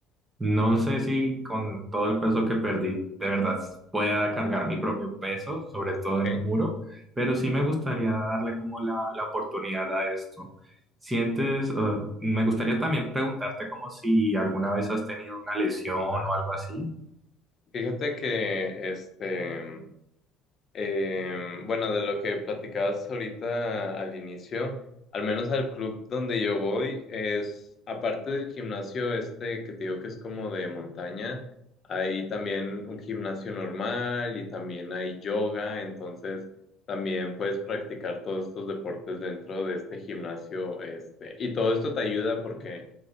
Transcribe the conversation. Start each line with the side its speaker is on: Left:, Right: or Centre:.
Right: No sé si con todo el peso que perdí de verdad pueda cargar mi propio peso, sobre todo en
Left: ¿Ok?
Right: un muro, pero sí me gustaría darle como la, la oportunidad a esto. Sientes, eh, me gustaría también preguntarte como si alguna vez has tenido una lesión o algo así.
Left: Fíjate que este Eh, bueno, de lo que platicabas ahorita al inicio, al menos al club donde yo voy, es, aparte del gimnasio este que te digo que es como de montaña, hay también un gimnasio normal y también hay yoga, entonces también puedes practicar todos estos deportes dentro de este gimnasio este. Y todo esto te ayuda porque